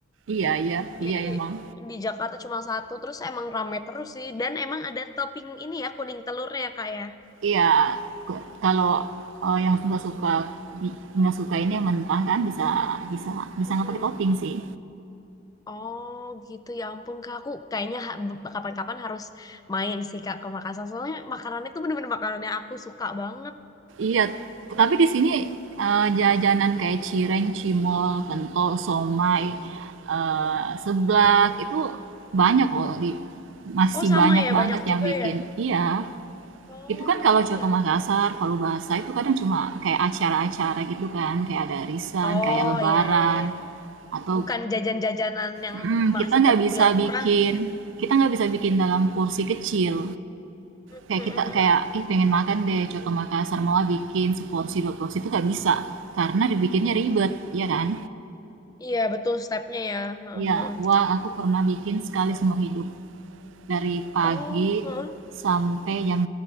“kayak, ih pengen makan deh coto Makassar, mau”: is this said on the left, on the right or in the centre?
Right